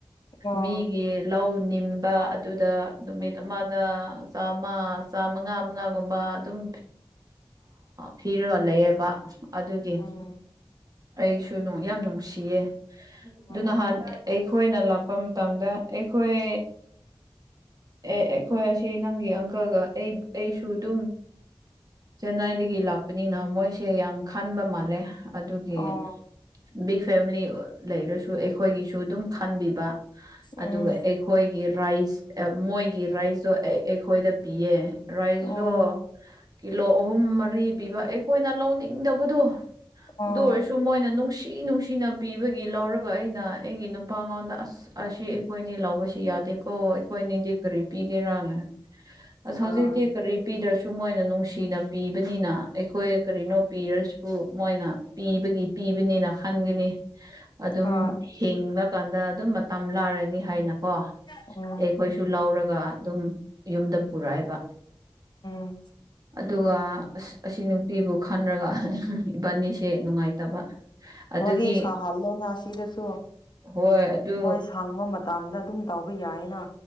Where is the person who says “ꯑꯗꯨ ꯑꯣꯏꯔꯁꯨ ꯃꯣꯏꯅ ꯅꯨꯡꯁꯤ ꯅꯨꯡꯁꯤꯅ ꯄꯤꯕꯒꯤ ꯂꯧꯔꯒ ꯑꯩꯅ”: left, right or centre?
Right